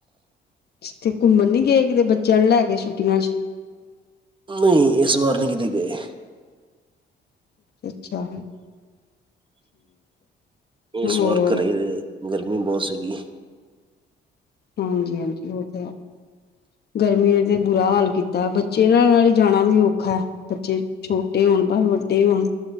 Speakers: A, on the left; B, on the right.
A: ਤੇ ਘੁੰਮਣ ਨੀ ਗਏ, ਕਿਤੇ ਬੱਚਿਆਂ ਨੂੰ ਲੈ ਕੇ ਛੁੱਟੀਆਂ ਚ।
B: ਨਹੀਂ, ਇਸ ਵਾਰ ਨਹੀਂ ਕਿਤੇ ਗਏ।
A: ਅੱਛਾ ਅੱਛਾ।
B: ਇਸ
A: ਹੋਰ
B: ਵਾਰ ਘਰੇ ਹੀ ਰਹੇ, ਗਰਮੀ ਬਹੁਤ ਸੀਗੀ।
A: ਹਾਂਜੀ ਹਾਂਜੀ ਉਹ ਤੇ ਹੈ। ਗਰਮੀ ਤੇ ਬੁਰਾ ਹਾਲ ਕੀਤਾ ਹੈ, ਬੱਚੇ ਨਾਲ ਹੀ ਜਾਣਾ ਵੀ ਔਖਾ ਐ। ਬੱਚੇ ਛੋਟੇ ਹੋਣ, ਭਾਵੇਂ ਵੱਡੇ ਹੋਣ।